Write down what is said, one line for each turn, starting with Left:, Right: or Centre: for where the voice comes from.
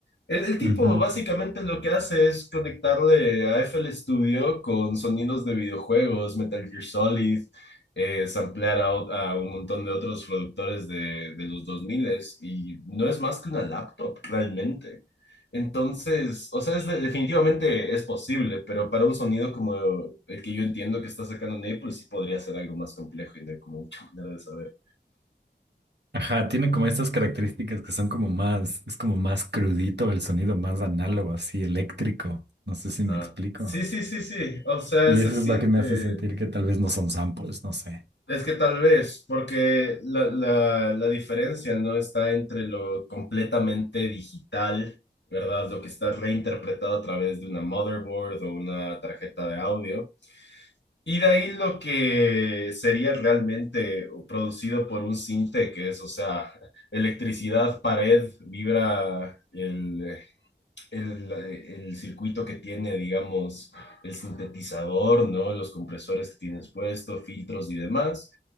Left: El,
Right: <laughs>
Left: el tipo
Right: Ujú.
Left: básicamente lo que hace es conectarle a FL Studio con sonidos de videojuegos, Metal Gear Solid, eh, samplear a, o- a un montón de otros productores de, de los 2000 y no es más que una laptop realmente. Entonces, o sea, es de- definitivamente es posible, pero para un sonido como el que yo entiendo que está sacando Naples, sí podría ser algo más complejo y no hay como mucha <laughs> manera de saber.
Right: Ajá, tiene como estas características que son como más, es como más crudito el sonido, más análogo, así eléctrico. No sé si me
Left: Ah.
Right: explico.
Left: Sí, sí, sí, sí. O sea,
Right: Y
Left: se
Right: eso
Left: siente.
Right: es lo que me hace sentir que tal vez no son samples, no sé.
Left: Es que tal vez, porque la, la, la diferencia no está entre lo completamente digital, ¿verdad? Lo que está reinterpretado a través de una motherboard o una tarjeta de audio Y de ahí lo que sería realmente producido por un cinte, que es, o sea, electricidad, pared, vibra, el, el, el circuito que tiene, digamos, el sintetizador, ¿no? Los compresores que tienes puesto, filtros y demás,